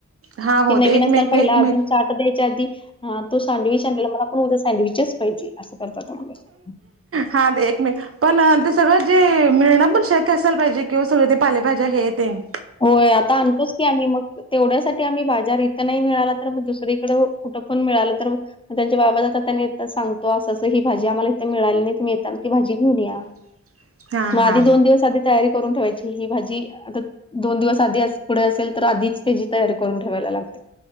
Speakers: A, on the right; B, on the left.
A: हा हो
B: ते नवीन
A: एकमेक
B: असताना पहिला
A: एकमेक
B: अजून चार्ट द्यायच्या आधी, हा तो सँडविच आणलेला मला पण उद्या सँडविचच पाहिजे असं करत होता तो.
A: हा ते एकमेक पण सगळं जे मिळणं पण शक्य असायला पाहिजे की वो, सगळं ते पालेभाज्या हे तेन.
B: होय आता आणतोच की आम्हीं मग. तेवढ्यासाठी आम्ही बाजार इथं नाही मिळाला तर, मग दुसरीकडे कुठं पण मिळालं तर मग त्यांचे बाबा जातात त्यांनी येताना सांगतो, असं- असं ही भाजी आम्हांला इथं मिळाली नाही, तुम्हीं येताना ती भाजी घेऊन या.
A: <inaudible>
B: मग आधी
A: हा
B: दोन दिवस आधी तयारी करून ठेवायची ही भाजी आता दोन दिवस आधी पुढे असेल तर, आधीच त्यजी तयारी करून ठेवायला लागते.